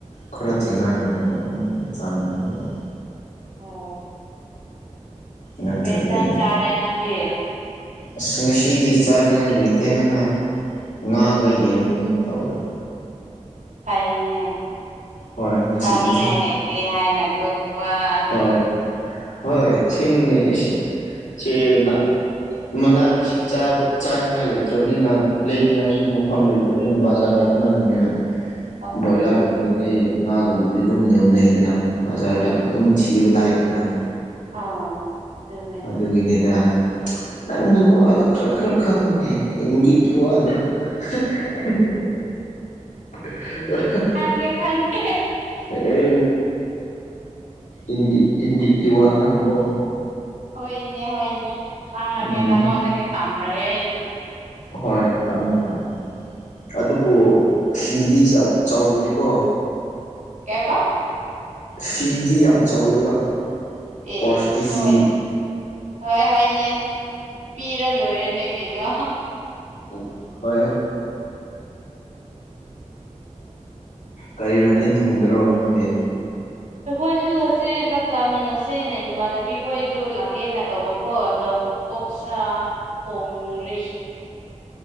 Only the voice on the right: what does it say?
ꯎꯝ
ꯑꯣ
ꯀꯩ ꯏꯟꯁꯥꯡ ꯆꯥꯔꯦ ꯅꯪꯗꯤ
ꯐꯩꯅꯦ
ꯆꯥꯅꯤꯡꯉꯥꯏ ꯂꯩꯇꯦ ꯍꯥꯏꯅꯀꯣ ꯋꯥꯗꯤ
<inaudible>
ꯎꯝ
ꯑꯣ ꯇꯨꯝꯃꯦ
ꯊꯦꯡꯦ ꯊꯦꯡꯦ
ꯍꯣꯏꯅꯦ ꯍꯣꯏꯅꯦ ꯈꯪꯉꯒꯦ
ꯅꯉꯣꯟꯗꯒꯤ ꯇꯝꯃꯒꯦ ꯑꯩꯁꯨ
ꯀꯌꯥꯕꯔ
ꯑꯦ
ꯍꯣꯏ
ꯍꯣꯏ ꯍꯣꯏꯅꯦ ꯄꯤꯔ ꯂꯣꯏꯔꯦꯅꯦ ꯀꯩꯅꯣ
ꯑꯩꯈꯣꯏꯁꯨ ꯑꯁꯦ ꯆꯥꯛ ꯆꯥꯃꯤꯟꯅꯁꯦꯅ ꯏꯃꯥꯟꯅꯕꯤ ꯈꯣꯏꯁꯨ ꯂꯥꯛꯀꯦꯅ ꯇꯧꯕꯀꯣ ꯑꯗꯣ ꯀꯥꯛꯆꯥ ꯍꯣꯡꯔꯤ